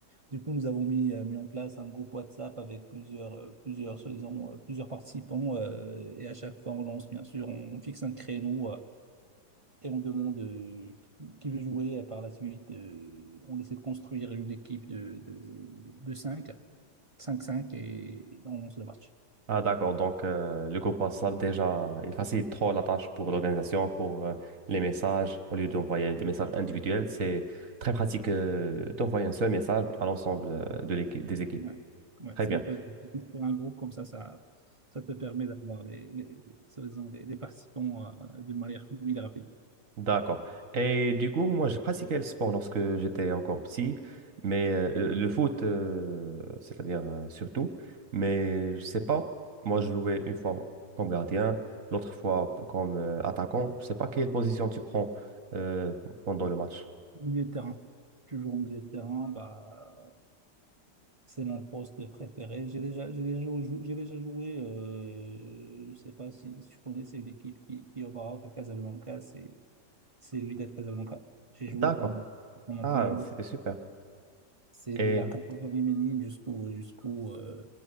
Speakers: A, on the right; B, on the right.
A: Du coup, nous avons mis, euh, mis en place un groupe WhatsApp avec plusieurs, euh, plusieurs, soi-disant, euh, plusieurs participants. euh, et à chaque fois, on lance, bien sûr, on, on fixe un créneau euh, et on demande euh, qui, qui veut jouer. Et par la suite, euh, on essaie de construire une équipe de, de, de cinq cinq cinq et on lance le match.
B: Ah, d'accord. Donc, euh, le groupe WhatsApp, déjà, il facilite trop la tâche pour l'organisation, pour euh, les messages. Au lieu d'envoyer des messages individuels, c'est très pratique euh, d'envoyer un seul message à l'ensemble euh, de l'équipe, des équipes.
A: Ouais, ouais,
B: Très
A: c'est
B: bien.
A: le fait de construire un groupe comme ça, ça, ça te permet d'avoir les, les, les- soi-disant les- les participants euh, d'une manière fluide et rapide.
B: D'accord. Et du coup, moi, j'ai pratiqué le sport lorsque j'étais encore petit, mais euh, le foot, euh, c'est-à-dire euh, surtout, mais je sais pas, moi, je jouais une fois comme gardien, l'autre fois p- comme euh, attaquant. Je sais pas quelle position tu prends euh, p- pendant le match.
A: Milieu de terrain. Toujours au milieu de terrain, bah, c'est mon poste préféré. J'ai déjà, j'ai déjà, jou- j'ai déjà joué, euh, je sais pas si, si tu connais, c'est une équipe qui, qui est au Maroc, à Casablanca, c'est, c'est l'UID de Casablanca. J'ai joué
B: D'accord.
A: pendant, pendant,
B: Ah,
A: pendant
B: c'était super.
A: C'est
B: Et
A: de la catégorie féminine jusqu'au jusqu'au euh,